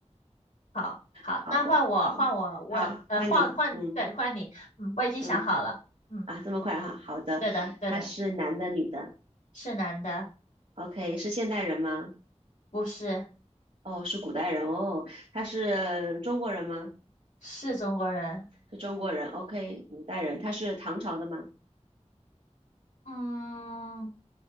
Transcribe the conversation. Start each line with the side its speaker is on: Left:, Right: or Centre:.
Left: 好，好，
Right: 好的，
Left: 那换我，
Right: 好，
Left: 换我，我，
Right: 好，
Left: 呃，
Right: 欢迎你，
Left: 换换，
Right: 嗯
Left: 对，换你。嗯，我已经想好了。
Right: 嗯。
Left: 嗯，
Right: 啊，这么快哈、好的，
Left: 对的，对的，
Right: 他是男的女的
Left: 是男的，
Right: ？OK，是现代人吗？
Left: 不是，
Right: 哦，是古代人哦。他是中国人吗？
Left: 是中国人。
Right: 是中国人。OK，古代人。他是唐朝的吗
Left: 嗯，